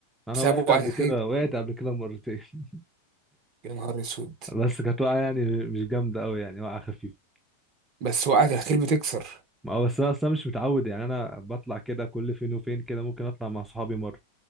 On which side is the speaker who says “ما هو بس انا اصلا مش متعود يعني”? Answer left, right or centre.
Centre